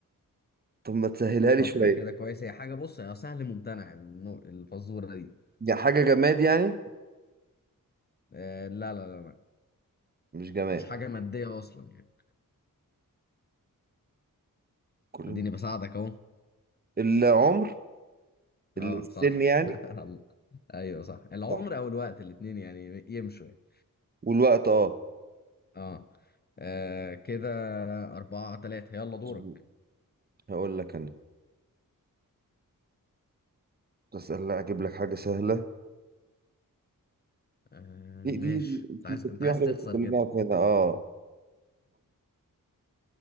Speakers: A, on the right (about 30°); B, on the left (about 30°).
A: طب ما تسهلها لي
B: فكر
A: شوية
B: كده كويس هي حاجة بص هي سهل ممتنع النو- الفزورة دي
A: يا حاجة جماد يعني
B: آه لا لا لا لا
A: مش جماد
B: مش حاجة مادية أصلا يعني
A: كل
B: اديني بساعدك اهو
A: العمر السن
B: اه صح
A: يعني
B: <laughs> ايوه صح العمر
A: صح
B: او الوقت الاتنين يعني يمشوا يعني
A: والوقت اه
B: اه, آه كده أربعة تلاتة يلا دورك
A: مظبوط هقول لك انا بس لا اجيب لك حاجه سهله
B: آه
A: دي
B: ماشي
A: دي, دي
B: انت
A: في
B: عايز
A: كانت
B: انت
A: في
B: عايز
A: واحده
B: تخسر
A: بس كلنا
B: كده
A: عارفينها اه